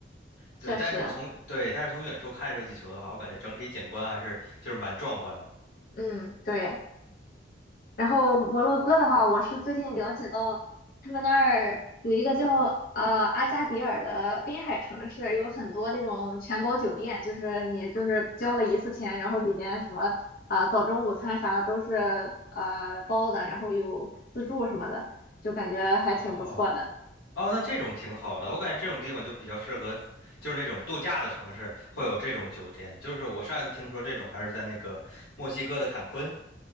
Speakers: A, on the left (about 70°); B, on the left (about 50°).
A: 对，
B: 确实，
A: 但是从对，但是从远处看热气球的话，我感觉整体景观还是就是蛮壮观的。
B: 嗯，对。然后摩洛哥的话，我是最近了解到他们那儿有一个叫呃阿加迪尔的滨海城市，有很多那种全包酒店，就是你就是交了一次钱，然后里面什么啊、呃早中午餐啥都是呃包的，然后有自助什么的，就感觉还挺不错的。
A: 哦。哦，那这种挺好的，我感觉这种地方就比较适合，就是那种度假的城市会有这种酒店。就是我上一次听说这种还是在那个墨西哥的坎昆，